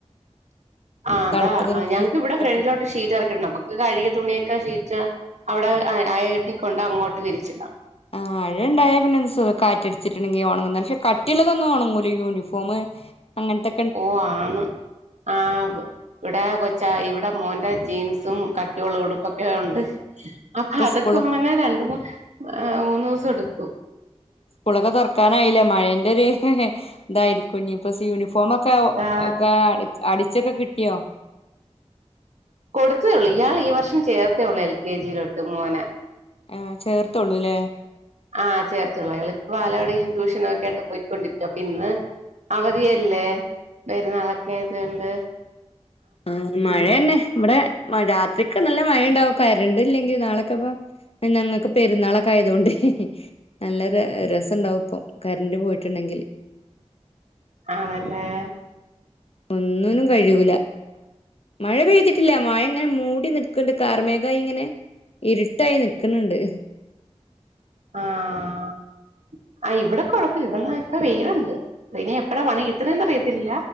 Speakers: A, on the right; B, on the left.
A: ആ അതാ
B: തണുപ്പത്ങ്ങനെ
A: ഞങ്ങക്ക് ഇവിടെ ഫ്രണ്ടിലോട്ട്
B: തട്ടി
A: ഷീറ്റ് ഇറക്കിട്ടണ്ട് നമ്മക്ക് കഴുകിയ തുണിയൊക്കെ ഷീറ്റ് അവിടെ അയകെട്ടി കൊണ്ടങ്ങോട്ട് വിരിച്ചിടാം
B: ആ അഴ ഇണ്ടായാ പിന്നെ എന്ത് സുഖാ കാറ്റടിച്ചിട്ടണ്ടെങ്കിൽ ഒണങ്ങും പക്ഷെ കട്ടിയുള്ളതൊന്നും ഒണങ്ങൂല യൂണി ഫോമ് അങ്ങൻത്തെ
A: ഓ ആണ് ആ ഇവിടെ കൊച്ചാ ഇവിടെം മോന്റെ ജീൻസും കട്ടിയുള്ള ഉടുപ്പൊക്കെയുണ്ട് അപ്പൊ
B: ഇപ്പൊ
A: അതൊക്കെ
B: സ്കൂള്
A: ഉണങ്ങാൻ രണ്ട് മൂന്ന് മൂന്ന് ദിവസം സെട്ക്കും
B: സ്കൂളൊക്കെ തൊറക്കാനായില്ലേ മഴേന്റെ ഒര് തായിരിക്കും ഇനിപ്പ യൂണിഫോമൊക്കെ
A: അതാ
B: ഒക്കെ അടിച്ച് അടിച് ച്ചൊക്കെ കിട്ടിയോ
A: കൊടുത്തതേയുള്ളൂ ഇയാള് ഈ വർഷം ചേർത്തേള്ളൂ എൽ കെ ജി യിലോട്ട് മോനേ
B: ഏഹ് ചേർത്തൊള്ളൂല്ലേ
A: ആഹ് ചേർത്തെ ഒള്ളൂ അയൾ ഇപ്പാ ലാടീം ട്യൂഷനൊക്കെ അയിട്ട് പോയിക്കൊണ്ടിരി ക്ക്വ അപ്പ ഇന്ന് അവധിയല്ലേ പെരുന്നാളൊക്കെ യതൊണ്ട്
B: അഹ് മഴന്നെ ഇവടെ മഴാത് വെക്ക്നല്ലൊ മഴ ഇണ്ടാവും കറണ്ടില്ലെങ്കിൽ നാളൊക്കെപ്പ ഞങ്ങൾക്ക് പെരുന്നാളൊക്കെ ആയത് കൊണ്ട് നല്ല രസണ്ടാവും ഇപ്പൊ കറന്റ് പോയിട്ടുണ്ടെങ്കില്
A: ആഹ് നല്ലേഹ്
B: ഒന്നിനും കഴിയൂല മഴ പെയ്തിട്ടില്ല മഴ ഇങ്ങനെ മൂടി നിക്ക്ണ്ട് കാർമേഘാ യിങ്ങനെ ഇരുട്ടായി നിക്ക്ണ് ണ്ട്
A: ആഹ് ആ ഇവടെ കൊഴപ്പ്ല്ല ഇവടെ <unintelligible> പ്പോ വെയില്ണ്ട് വിനി എപ്പയാ പണി കിട്ട്ണ്ന്നറിയത് ഇല്ല